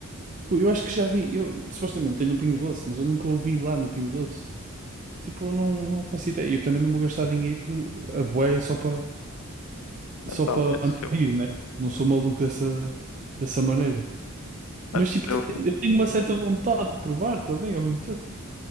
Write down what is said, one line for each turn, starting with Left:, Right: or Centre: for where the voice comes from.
Right: Eu, eu acho que já vi, eu, supostamente tem no Pingo Doce, mas eu nunca ouvi lá no Pingo Doce. Tipo, eu não, não faço ideia. E Eu também não vou gastar dinheiro a bué só para
Left: Mas
Right: só
Left: talvez,
Right: para mandar
Left: eu
Right: vir,
Left: vou.
Right: né? Não sou maluco dessa, dessa maneira.
Left: Mas
Right: Mas tipo, te-
Left: eu
Right: eu tenho uma certa vontade de provar também ao mesmo tempo.